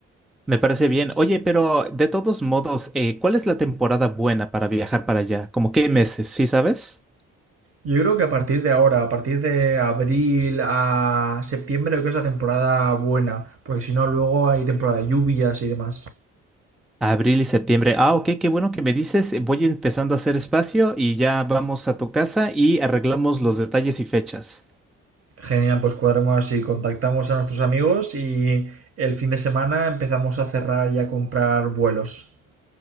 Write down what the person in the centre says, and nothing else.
Me parece bien. Oye, pero de todos modos, eh, ¿cuál es la temporada buena para viajar para allá? ¿Cómo qué meses? ¿Sí sabes?
Abril y septiembre. Ah, ok, qué bueno que me dices. Eh, Voy empezando a hacer espacio y ya vamos a tu casa y arreglamos los detalles y fechas.